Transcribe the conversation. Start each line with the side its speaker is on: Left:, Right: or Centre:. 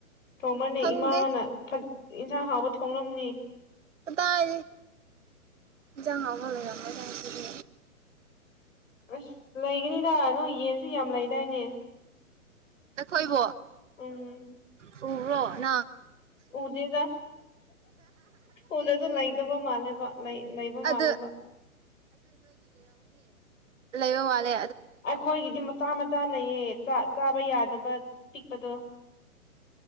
Left: ꯇꯣꯡꯃꯅꯤ
Right: ꯈꯪꯗꯦ
Left: ꯏꯃꯥꯅ ꯊꯥ ꯠ ꯏꯟꯁꯥꯡ ꯍꯥꯎꯕ ꯊꯣꯡꯂꯝꯅꯤ
Right: ꯀꯗꯥꯏ ꯗꯩ ꯏꯟꯖꯥꯡ ꯍꯥꯑꯣꯕꯥ ꯂꯩꯔꯥꯃꯦ ꯒꯥꯏ ꯍꯥꯏꯁꯗꯤ
Left: ꯑꯁ ꯂꯩꯒꯅꯤꯗ ꯅꯣꯏ ꯌꯦꯟꯁꯨ ꯌꯥꯝ ꯂꯩꯗꯥꯏꯅꯦ
Right: ꯑꯩꯈꯣꯏꯕꯣ
Left: ꯎꯝ
Right: ꯍꯨꯃꯨꯔꯣ ꯅꯥ
Left: ꯎꯗꯦꯗ ꯎꯗꯁꯨ ꯂꯩꯗꯕ ꯃꯥꯜꯂꯦꯕ ꯂꯩꯕ ꯃꯥꯜꯂꯦꯕ
Right: ꯑꯗꯨ ꯂꯩꯕꯣ ꯃꯥꯂꯦ
Left: ꯑꯩꯈꯣꯏꯒꯤꯗꯤ ꯃꯆꯥ ꯃꯆꯥ ꯂꯩꯌꯦ ꯆꯥꯏ ꯆꯥꯏ ꯕ ꯌꯥꯗꯕ ꯄꯤꯛꯄꯗꯣ